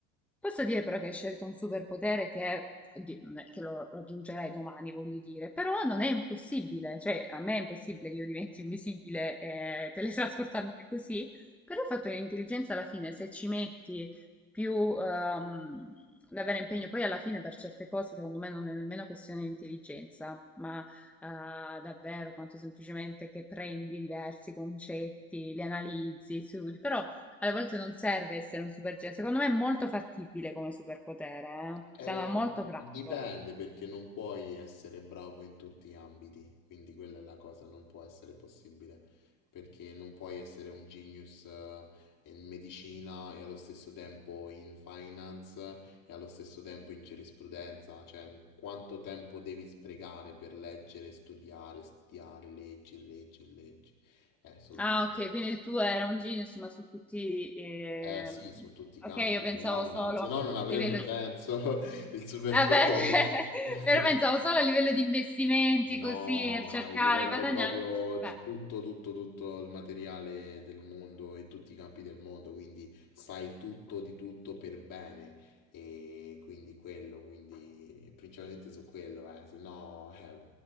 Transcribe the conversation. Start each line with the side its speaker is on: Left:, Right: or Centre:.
Centre: Posso dire però che hai scelto un superpotere che, oddio, non è che lo raggiungerai domani, voglio dire, però non è impossibile, cioè a me è impossibile che io diventi invisibile e teletrasportarmi così, però il fatto che l'intelligenza alla fine, se ci metti più ehm, davvero impegno, poi alla fine per certe cose secondo me non è nemmeno questione di intelligenza, ma ah, davvero quanto semplicemente che prendi diversi concetti, li analizzi, studi, però alle volte non serve essere un supergenio. Secondo me è molto fattibile come superpotere, eh.
Left: Eh,
Centre: Sembra molto
Left: dipende
Centre: pratico.
Left: perché non puoi essere bravo in tutti gli ambiti, quindi quella è la cosa, non può essere possibile, perché non puoi essere un genius eh, in medicina e allo stesso tempo in finance e allo stesso tempo in giurisprudenza, cioè quanto tempo devi sprecare per leggere, studiare, studiare, leggi, e leggi, e leggi. Eh, son-
Centre: Ah, ok, quindi il tuo era un genius, ma su tutti... ehm,
Left: eh, sì, su tutti i campi,
Centre: Ok, io pensavo
Left: se no non,
Centre: solo
Left: ha- se
Centre: a
Left: no non avrebbe
Centre: livello
Left: senso
Centre: di...
Left: <laughs> il superpotere.
Centre: Ah, beh, <laughs>
Left: <laughs>
Centre: però pensavo solo a livello di investimenti,
Left: No,
Centre: così, nel cercare,
Left: a livello
Centre: guadagnare,
Left: proprio
Centre: dicevo,
Left: di
Centre: beh,
Left: tutto, tutto, tutto il materiale del mondo e tutti i campi del mondo, quindi sai tutto di tutto per bene e quindi quello, quindi principalmente su quello, eh, se no è